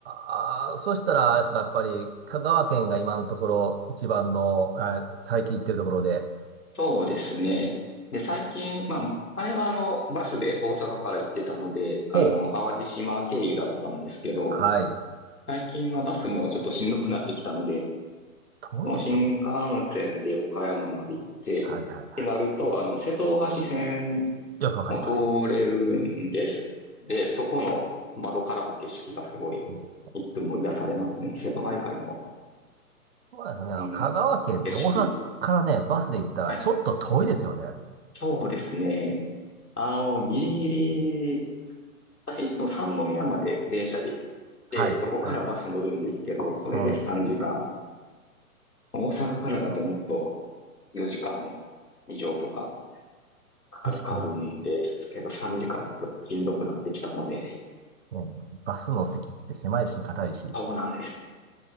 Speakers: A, on the right; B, on the left.
A: あ、あーそしたら、あれですか、やっぱり、香川県が今のところ、一番の、あ最近行ってるところで、
B: そうですね。で、最近、まあ、前はあの、バスで大阪から行ってたので、あの、
A: ほう。
B: 淡路島経由だったんですけど、
A: はい。
B: 最近はバスもちょっとしんどくなってきたので、
A: 遠いですよね。
B: もう新幹線で岡山まで行って、
A: はいはいは
B: ってなると、あの、瀬戸大橋線
A: い。よくわかります。
B: も通れるんです。で、そこの窓からの景色がすごい、
A: いいですね。
B: いつも癒されますね。瀬戸内海の、
A: そうなんですよね。あの香川県って大阪からね、
B: もう、景色。
A: バスで行ったらちょっと遠いですよね。
B: はい。そうですね。あの、ギリギリ私いつも三宮まで電車で行って、
A: はい、
B: そこからバス乗るんですけど、
A: はい。う
B: それで3時間。
A: ん。
B: 大阪からだともっと4時間以上とかかかるかあるんですけど、
A: 確かに。
B: 3時間もちょっとしんどくなってきたので、
A: ね、バスの席って狭いし、硬いし。
B: そうなんです。